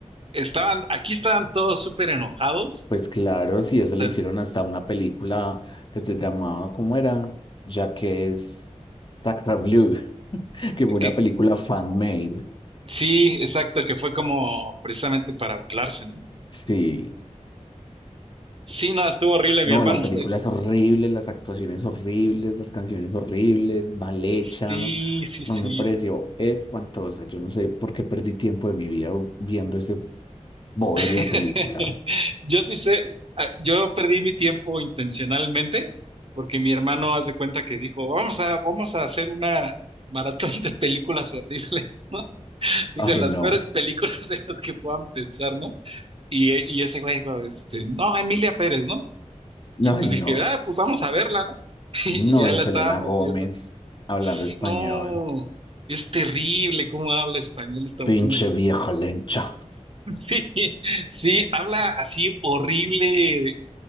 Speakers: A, on the right; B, on the left.
A: Estaban, aquí estaban todos súper enojados.
B: Pues claro, si eso le
A: o sea,
B: hicieron hasta una película que se llamaba, ¿cómo era? Ya que es Sacra Blue, <laughs> que fue una
A: que-
B: película fan-made.
A: sí, exacto, que fue como precisamente para burlarse, ¿no?
B: Sí.
A: Sí, no, estuvo horrible,
B: No,
A: mi hermano.
B: la película
A: <laughs> me-
B: es horrible, las actuaciones horribles, las canciones horribles, mal hecha.
A: Sí, sí,
B: No
A: sí.
B: me pareció espantosa. Yo no sé por qué perdí tiempo de mi vida viendo ese bodrio
A: <laughs>
B: de película.
A: Yo sí sé, ah, yo perdí mi tiempo intencionalmente porque mi hermano, haz de cuenta que dijo, vamos a, vamos a hacer una maratón de películas horribles, <laughs> ¿no? Dije,
B: Ay,
A: las
B: no.
A: peores películas de las que puedan pensar, ¿no? Y, y ese güey dijo, este, no, Emilia Pérez, ¿no? Y
B: Ay,
A: pues dije,
B: no.
A: ah, pues vamos a verla, ¿no? <laughs> Y
B: No,
A: ya
B: y
A: la
B: Selena
A: estábamos
B: Gómez
A: viendo.
B: hablando
A: Sí,
B: español.
A: no, es terrible cómo habla español esta
B: Pinche
A: mona. <laughs>
B: vieja lencha.
A: Sí, sí, habla así horrible.